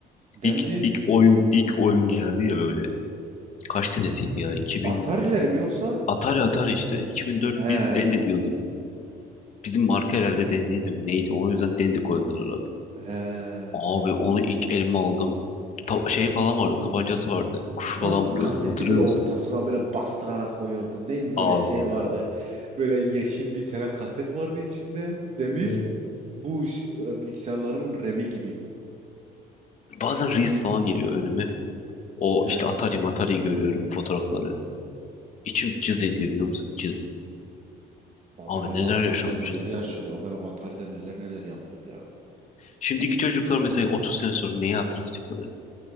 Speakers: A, on the right; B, on the left.
A: Dendi.
B: İlk, ilk oyun, ilk oyun geldi ya böyle. Kaç senesiydi ya? 2000,
A: Atari'ler mi yoksa?
B: Atari Atari işte. 2004
A: He.
B: biz Dendi diyorduk. Bizim marka herhalde Dendi'ydi mi? Neydi? O yüzden Dendi koydular adı.
A: He.
B: Abi onu ilk elime aldım. Ta- şey falan vardı, tabancası vardı. Kuşu
A: O
B: falan vuruyordun,
A: kaseti
B: hatırlıyor
A: böyle ortasına
B: musun?
A: böyle bastırarak koyuyordun değil mi?
B: Abi
A: Böyle şey vardı.
B: ya.
A: Böyle yeşil bir tane kaset vardı içinde. Demir.
B: Evet.
A: Bu iş- e, bilgisayarların Remi gibi.
B: Bazen Reels falan geliyor önüme. O
A: He.
B: işte Atari Matari görüyorum fotoğrafları. İçim cız ediyor biliyor musun? Cız.
A: Abi
B: Abi
A: ben
B: neler
A: o Atari'de
B: yaşanmışız
A: neler yaşadım.
B: ya.
A: Ben o Atari'de neler neler yaptım ya.
B: Şimdiki çocuklar mesela 30 sene sonra neyi hatırlayacaklar?